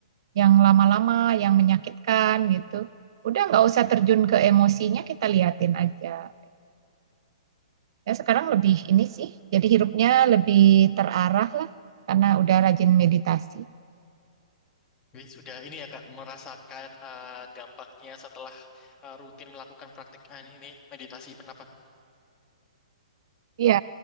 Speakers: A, on the right (about 45°); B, on the left (about 20°).
A: yang lama-lama yang menyakitkan gitu udah nggak usah terjun ke emosinya kita liatin aja ya sekarang lebih ini sih jadi hidupnya lebih terarah lah karena udah rajin meditasi
B: Jadi sudah ini ya Kak merasakan eh, dampaknya setelah eh, rutin melakukan praktik ah, ini meditasi kenapa?
A: iya